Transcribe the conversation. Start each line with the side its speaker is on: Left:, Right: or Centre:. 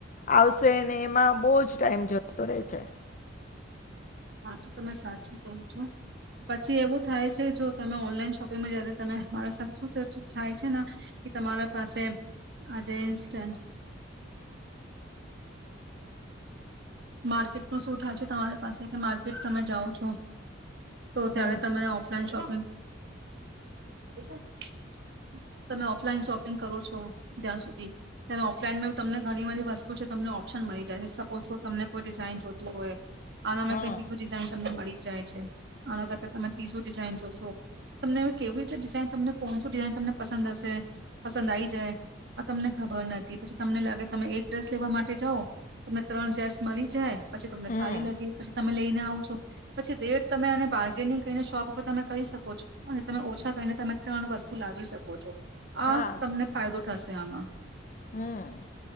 Left: આવશે ને એમાં બહુજ ટાઈમ જતો રહેે છે.
Right: હ તો તમે સાચું ક છો પછી એવું થાય છે જો તમે ઓનલાઈન શોપિંગમાં જયારે તમે મારા સાથે શું થાય છે. કે તમારા પાસે આજે ઇન્સ્ટન્ટ માર્કેટનું શું થાય છે તમારી પાસે કે માર્કેટ તમે જાઓ છો તો
Left: હમ.
Right: ત્યારે તને ઓફલાઈન શોપિ હ તમે ઓફલાઈન શોપિંગ કરો તો છો ત્યાં સુધી ત્યારે ઓફલાઈનમાં તમને ઘણી બધી વસ્તુ છે તમને ઓપ્શન મળી જાય છે ઓ શો તમને કોઈ ડિઝાઇન જોતું હોય આના
Left: હા
Right: માં કઈ બીજું ડિઝાઇ તમને મળી જાય છે આના કરતા તમે ત્રીજું ડિઝાઇન જોશો તમને કેવી રીતે ડિઝઇન તમને કોણ શું ડિઝાઇન તમને પસંદ હશે પસંદ આવીઈ જાય આ તમને ખબર નથી પછી તમને લાગે તમે એક ડ્રેસ લેવા માટે જાઓ તમને ત્રણ ચાન્સ મળી જાય. પછી તમને
Left: હમ
Right: સારી લાગી પછી તમે લઈને. પછી રેટ તમે બાર્ગેનિંગ કરીને શોપ ઉપર તમે કરી શકો છો અને તમે ઓછા કરીને તમે ત્રણ વસ્તુ લાવી શકો છો આ
Left: હા
Right: તમને ફાયદો થશે. લેવામાં
Left: હમ